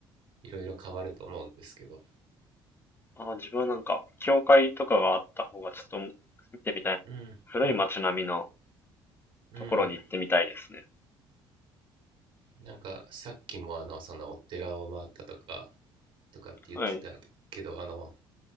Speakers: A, on the right; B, on the left.
A: いろいろ変わると思うんですけど、
B: ああ、自分はなんか、教会とかがあった方がちょっと見てみたい。
A: うん
B: 古い街並みの
A: うん
B: ところに行ってみたいですね。
A: なんかさっきもあのそのお寺を回ったとかとかって言ってたけど、
B: はい。
A: あの